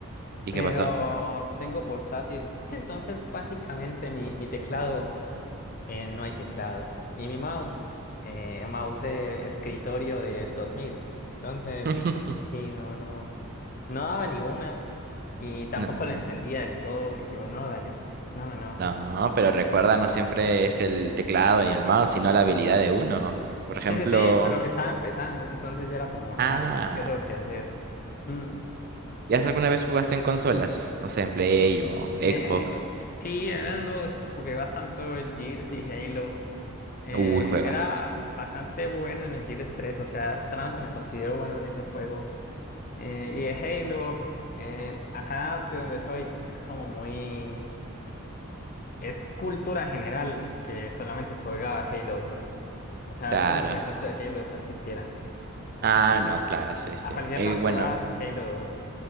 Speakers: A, on the right (about 45°); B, on the left (about 40°).
A: ¿Y
B: pero
A: qué pasó?
B: tengo portátil. <laughs> Entonces, básicamente, mi, mi teclado, eh, no hay teclado. Y mi mouse, eh, mouse de escritorio del dos mil Entonces,
A: <laughs>
B: sí, no, no, no daba ninguna. Y tampoco
A: Mm,
B: lo entendía del todo. Y yo, no, dale, no, no, no.
A: No, pero recuerda, no siempre es el teclado ni el mouse, sino la habilidad de uno. Por ejemplo,
B: Sí, sí, sí, pero estaba empezando. Entonces, yo era como,
A: ah,
B: dale, ¿qué tengo que hacer? Mm.
A: ¿Ya alguna vez jugaste en consolas? No sé, en Play o
B: Eh,
A: Xbox.
B: sí, en Xbox jugué bastante Gears y Halo. Eh,
A: Uy, juegazos.
B: era bastante bueno en el Gears 3, o sea, solamente me considero bueno en ese juego. Eh, y el Halo, eh, acá de donde soy, es como muy... Es cultura general que solamente se juega Halo dos, O sea,
A: Claro.
B: es como si el resto de Halos no existieran.
A: Ah,
B: Entonces,
A: no, claro, sí, sí.
B: a cualquier
A: Y
B: lado
A: bueno,
B: que vas, Halo dos.